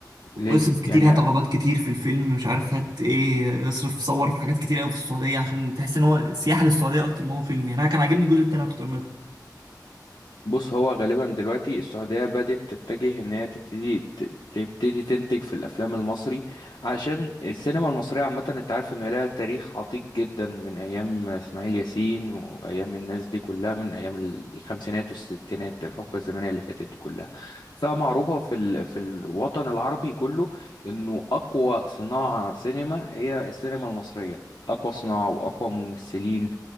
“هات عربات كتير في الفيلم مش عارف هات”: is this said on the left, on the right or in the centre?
Right